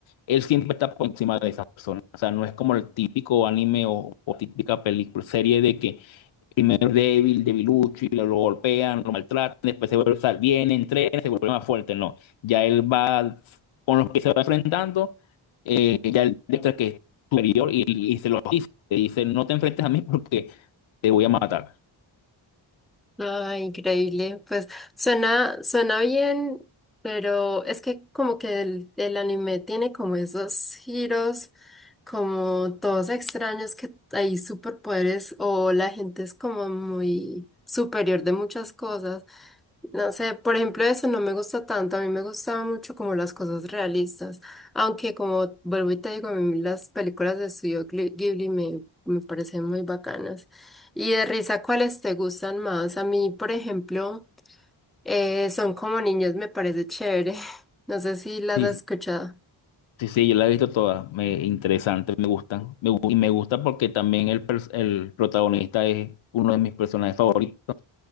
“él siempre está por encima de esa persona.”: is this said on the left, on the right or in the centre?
Left